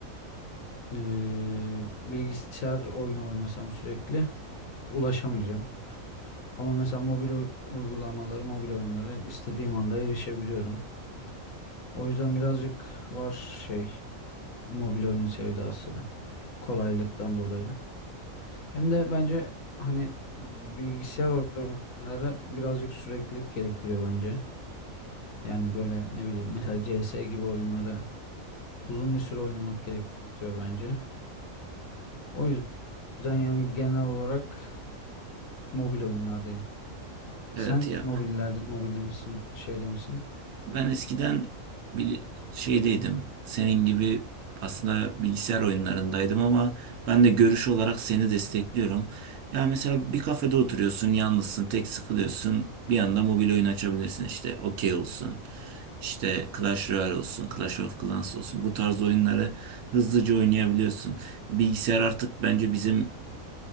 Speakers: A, on the left; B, on the right.
A: eee, bilgisayar oyunu oynasam sürekli ulaşamayacağım. Ama mesela mobil u- uygulamaları, mobil oyunları istediğim anda erişebiliyorum. O yüzden birazcık var şey mobil oyun sevdası kolaylıktan dolayı. Hem de bence hani bilgisayar oyunları birazcık süreklilik gerektiriyor bence. Yani böyle ne bileyim mesela CS gibi oyunları Uzun bir süre oynamak gerekiyor bence. O yüzden yani genel olarak mobil oyunlardayım. Sen
B: Evet ya
A: mobillerde, mobilde misin, şeyde misin?
B: Ben eskiden bir şeydeydim. Senin gibi aslında bilgisayar oyunlarındaydım ama ben de görüş olarak seni destekliyorum. Ya mesela bir kafede oturuyorsun, yalnızsın, tek sıkılıyorsun. Bir anda mobil oyun açabilirsin işte. Okey olsun. İşte Clash Royale olsun, Clash of Clans olsun. Bu tarz oyunları hızlıca oynayabiliyorsun. Bilgisayar artık bence bizim